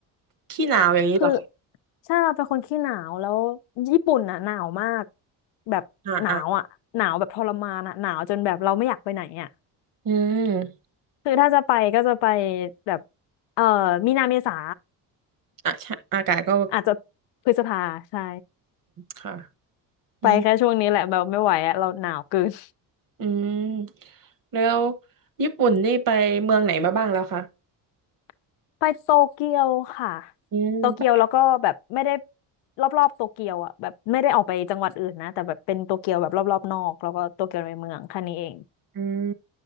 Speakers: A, on the right; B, on the left.
A: ขี้หนาวอย่างนี้เหรอคะ
B: คือใช่เราเป็นคนขี้หนาวแล้วญี่ปุ่นอ่ะหนาวมากแบบหนาวอ่ะหนาวแบบทรมานอ่ะหนาวจนแบบเราไม่อยากไปไหนอ่ะ
A: อ่าอ่าอืม
B: คือถ้าจะไปก็จะไปแบบเอ่อมีนาเมษา
A: อ่ะใช่อากาศก็
B: อาจจะพฤษภาใช่
A: ค่ะ อืม
B: ไปแค่ช่วงนี้แหละแบบไม่ไหวอะเราหนาวเกิน
A: อืมแล้วญี่ปุ่นนี่ไปเมืองไหนมาบ้างแล้วคะ
B: <laughs> ไปโตเกียวค่ะ
A: อืมไป
B: โตเกียวแล้วก็แบบไม่ได้รอบๆโตเกียวอ่ะแบบไม่ได้ออกไปจังหวัดอื่นนะแต่แบบเป็นโตเกียวแบบรอบๆนอกแล้วก็โตเกียวในเมืองแค่นี้เอง
A: อืม